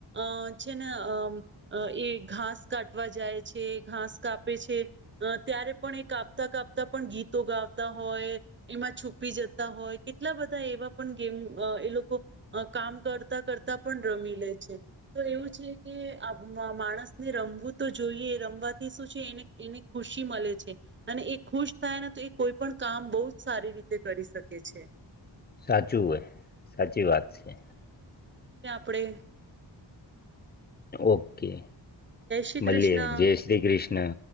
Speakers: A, on the right; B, on the left.
A: અહ છેને અહ અહ એ ઘાસ કાટવા જાય છે, ઘાસ કાપે છે, અહ ત્યારે પણ એ કાપતા-કાપતા પણ ગીતો ગાવતા હોય, એમાં છુપી જતા હોય કેટલા બધા એવા પણ ગેમ અહ એ લોકો અહ કામ કરતા કર તા પણ રમી લે છે. તો એવું છે કે આ મા માણસ ને રમવું તો જોઈએ રમવાથી શું છે, એને એને ખુશી મલે છે, અને એ ખુશ થાય ને, તો એ કોઈ પણ કામ બહુ જ સારી રીતે કરી શકે છે.
B: સાચું હોય, સાચી વાત છે.
A: આપડે.
B: ઓકે.
A: શ્રી
B: મલીએ
A: કૃષ્ણ
B: જય શ્રી કૃષ્ણ.